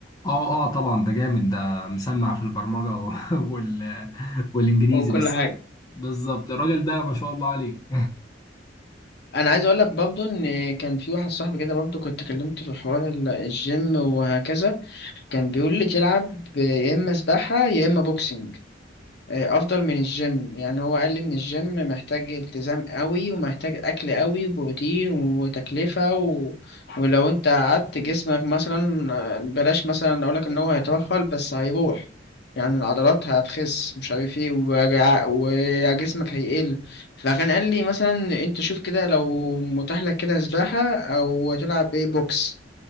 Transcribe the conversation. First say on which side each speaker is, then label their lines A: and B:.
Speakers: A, on the left (about 20°); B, on the left (about 60°).
A: أه أه طبعا ده جامد ده مسمع في البرمجة و- <laughs> وال... والإنجليزي
B: وكل
A: بس
B: حاجه
A: بالظبط الراجل ده ما شاء الله عليه
B: انا عايز اقول لك برضو ان كان في واحد صاحبي كده برضو كنت كلمته في حوار ال- الجيم وهكذا كان بيقول لي تلعب يا اما سباحه يا اما بوكسنج آه، افضل من الجيم يعني هو قال لي ان الجيم محتاج التزام قوي ومحتاج اكل قوي وبروتين وتكلفة و... ولو انت قعدت جسمك مثلا آه، بلاش مثلا اقولك ان هو هيترهل بس هيروح يعني العضلات هتخس مش عارف ايه وجع- وجسمك هيقل فكان قال لي مثلا انت شوف كده لو متاح لك كده سباحة او تلعب بيه بوكس